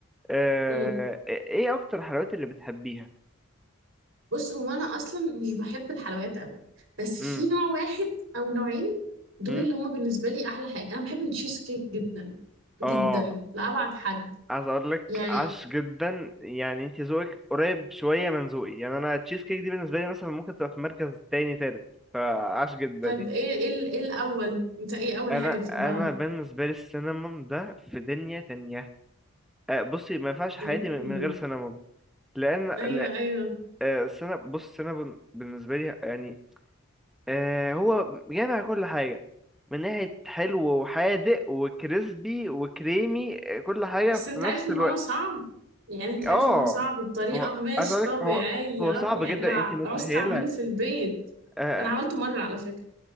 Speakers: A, in the centre; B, on the right (about 60°).
A: آه،
B: مم.
A: ايه اكتر الحلويات اللي بتحبيها
B: بص هو انا اصلا مش بحب الحلويات قوي بس
A: امم
B: في نوع واحد او نوعين دول
A: امم
B: اللي هما بالنسبة لي احلى حاجة انا بحب التشيز كيك جدا جدا
A: اه
B: لأبعد حد
A: عايز اقول لك
B: يعني
A: عاش جدا يعني انت ذوقك قريب شويه من ذوقي يعني انا تشيز كيك دي بالنسبه لي مثلا ممكن تبقى في مركز تاني تالت فعاش جدا
B: طيب
A: يعني
B: ايه ايه ايه الاول انت ايه اول
A: انا
B: حاجة بتحبها؟
A: انا بالنسبه لي السينامون ده في دنيا تانية آه، بصي ما ينفعش حياتي
B: اوكي
A: من من غير سينامون لان
B: ايوه
A: لا
B: ايوه
A: آه، السنا- بص السينامون بالنسبه لي يعني آه هو جامع كل حاجة من ناحية حلو وحادق وكريسبي وكريمي آه، كل حاجة
B: بس انت
A: في نفس
B: عارف ان
A: الوقت
B: هو صعب يعني انت
A: اه
B: عارف ان هو صعب بطريقة
A: هو
B: مش
A: عايز أقولك
B: طبيعية
A: هو هو صعب
B: يعني
A: جدا
B: لا
A: انت متخيلة
B: عوزت اعمله في البيت
A: آه
B: انا عملته مرة على فكرة